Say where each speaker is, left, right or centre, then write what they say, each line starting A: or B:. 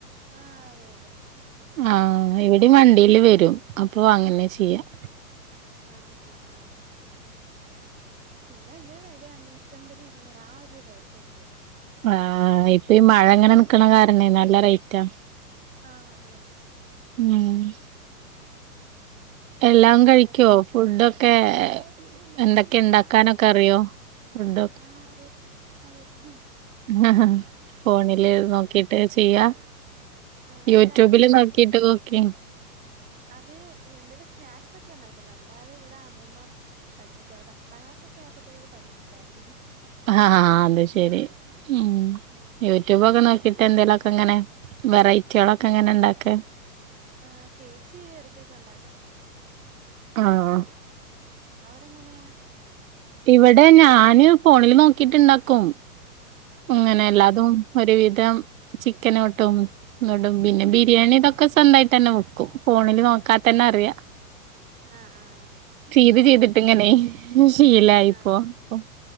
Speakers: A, on the right; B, on the right.
A: ആഹ് അതെ അതെ
B: ആഹ് ഇവിടെയും വണ്ടിയില് വര രും അ പ്പോൾ അങ്ങനെ ചെയ്യാം
A: ആഹ് ആണോ ആഹ് ആഹ് പിന്നെ ഇങ്ങനെ വിലയാണ് നൂറ്റമ്പത് ഇരുന്നൂറ് ആ ഒരു റേറ്റക്കെയാ
B: ആഹ് ഇപ്പ ഈ മഴ ഇങ്ങനെ നിക്കണ കാരണേ നല്ല റേറ്റാ
A: ആഹ് അതെ അതെ
B: മ്മ് എല്ലാം
A: പിന്നെ
B: കഴിക്കോ ഫുഡോ ക്കെ എന്തൊക്കെ
A: ഉം
B: ഉണ്ടാക്കാനൊക്കെ
A: ആഹ്
B: അറിയോ ഫുടൊക്കെ
A: ആഹ് അതെ അതെ ഉം
B: ഹ് ഹ് ഹ ഫോണില്
A: ഉം
B: നോക്കിട്ട് <unintelligible>
A: ആഹ് അല്ല
B: യൂട്യൂബില്
A: ആ,
B: നോക്കിട്ട് ക്കിങ്
A: അത് എന്തേലും സ്നാക്സൊക്കെ ഉണ്ടാക്കും അല്ലാതെ ഇവിടെ അമ്മൂമ്മ പഠിപ്പിച്ചായിരുന്നു പത്താം ക്ലാസ്സൊക്കെ ആയപ്പോത്തേക്ക് പഠിപ്പിച്ചായിരുന്നു
B: ആഹഹ് അത് ശെരി ഉം
A: ഉം
B: യൂട്യൂബൊക്കെ നോ ക്കീട്ട് എന്തേലൊക്കെ ഇ ങ്ങനെ വെറൈറ്റിളൊക്കെ എങ്ങനെ ഇണ്ടാക്ക
A: ആ ചേച്ചി ഇടക്കൊക്കെ ഉണ്ടാക്കാറുണ്ട്
B: ആഹ്
A: അവിടെ എങ്ങനെയാ
B: ഇവിടെ ഞാന് ഫോണില് നോക്കിട്ടുണ്ടാക്കും ഇങ്ങനെ
A: ആഹ് ആഹ്
B: എല്ലാതും ഒരു വിധ രം ചിക്കനോടും എന്നിട്ടും പിന്നെ ബിരിയാണിയുടെയൊക്കെ ഇപ്പെന്തായിട്ട് തന്നെ ഒക്കും. ഫോണില് നോക്കാതെ തന്നെയറിയാം
A: ആ.. ആഹ്.. ആ..
B: ഇത് ചെയ്തിട്ടിങ്ങനെ ഇത് ശീലായിപ്പോം,
A: ആഹ് ആഹ് ആഹ് ആഹ്
B: പോം